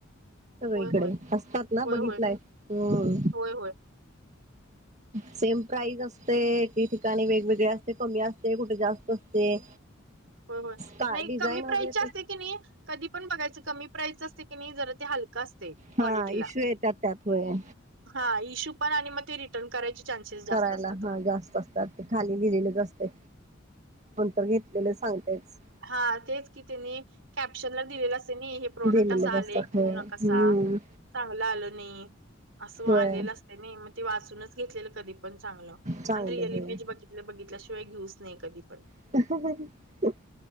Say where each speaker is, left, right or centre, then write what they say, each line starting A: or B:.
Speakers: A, on the right; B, on the right.
A: सगळीकडे
B: होय होय
A: असतात ना
B: होय
A: बघितलाय
B: होय
A: हम्म
B: होय होय...
A: सेम प्राईज असते काही ठिकाणी वेगवेगळे असते कमी असते कुठे जास्त असते.
B: हो हो
A: का
B: नाही
A: डिझाईन
B: कमी
A: वगैरे
B: प्राईजचे
A: ते
B: असते की नाही कधीपण बघायचं कमी प्राईजचं असते की नाही जरा ते हल. क असतय क्वालिटीला
A: हा इश्यू येतात त्यात होय
B: हा इश्यू पण आणि मग ते रिटर्न करायचे चान्सेस जास्त
A: करायला
B: असतात आपले.
A: हा जास्त असतात ते खाली लिहिलेलेच असते पणं ते घेतलेले सांगतेच
B: हा तेच की त्यांनी कॅप्शन ला दिलेलं असते ना हे प्रोडक्ट
A: दिलेलेच
B: असा आले
A: असतात
B: घेऊ
A: होय
B: नकासा.
A: हम्म
B: चांगलं आल नाही. असं
A: होय
B: आलेलं असतय नाही मग ते वाचूनच घेतलेलं कधी पण चांगलं
A: चांगले
B: आणि रिअल
A: होय
B: इमेज बघित बघितल्याशिवाय घेऊच नाही कधी पण.
A: <unintelligible>